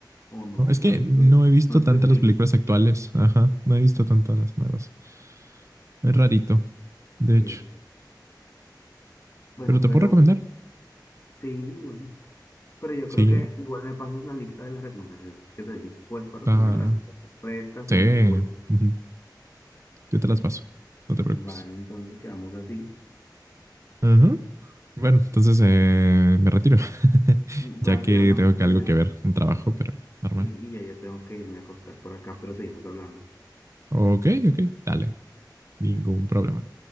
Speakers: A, on the left; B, on the right.
A: o no,
B: No, es
A: o
B: que
A: no es
B: no
A: tu,
B: he visto
A: no es
B: tantas
A: tu estilo.
B: las películas actuales. Ajá, no he visto tantas las nuevas. Es rarito, de
A: Sí,
B: hecho.
A: bueno. Bueno,
B: Pero te
A: pero
B: puedo recomendar.
A: sí, bueno. Pero yo
B: Sí,
A: creo que
B: eh,
A: igual me pasas la lista de las recomendaciones que te dije, pues para
B: ah,
A: tenerlas todas frescas
B: sí.
A: y, y bueno.
B: ujú, Yo te las paso. No te preocupes.
A: Vale, entonces quedamos así.
B: Ajá. Bueno, entonces eh, me retiro. <laughs>
A: Vas
B: Ya que
A: y hablamos
B: tengo
A: que
B: que algo
A: ya.
B: que ver, un trabajo, pero normal.
A: Y, y ya, ya tengo que irme a acostar por acá, pero seguimos hablando.
B: Ok, ok, dale. Ningún problema.